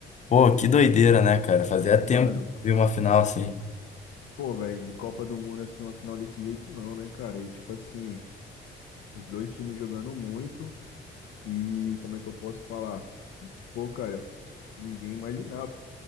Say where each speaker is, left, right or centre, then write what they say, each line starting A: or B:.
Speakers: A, on the left; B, on the left.
A: Pô, que doideira, né, cara? Fazia tempo
B: Mano,
A: que eu vi uma final assim,
B: pô, velho, de Copa do Mundo, assim, uma final desse jeito não, né, cara? E, tipo assim, os dois times jogando muito e, como é que eu posso falar? Pô, cara, ninguém imaginava,